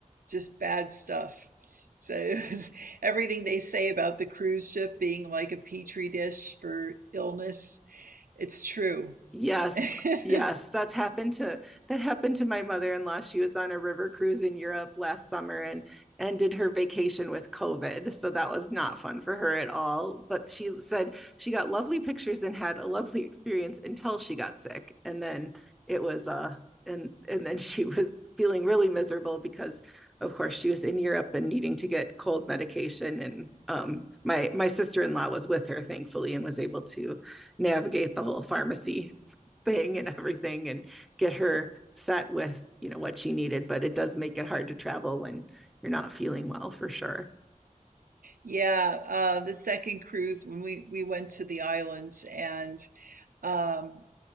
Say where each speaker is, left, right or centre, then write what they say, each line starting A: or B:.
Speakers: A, on the right; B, in the centre.
A: just bad stuff. So <laughs> it was everything they say about the cruise ship being like a petri dish for illness, it's true. <laughs>
B: Yes. Yes, that's happened to that happened to my mother-in-law. She was on a river cruise in Europe last summer and ended her vacation with COVID. So that was not fun for her at all, but she said she got lovely pictures and had a lovely experience until she got sick. And then it was uh and and then <laughs> she was feeling really miserable because of course she was in Europe and needing to get cold medication and um, my my sister-in-law was with her thankfully and was able to navigate the whole pharmacy thing and everything and get her set with you know what she needed but it does make it hard to travel when you're not feeling well for sure
A: Yeah, uh, the second cruise when we we went to the islands and um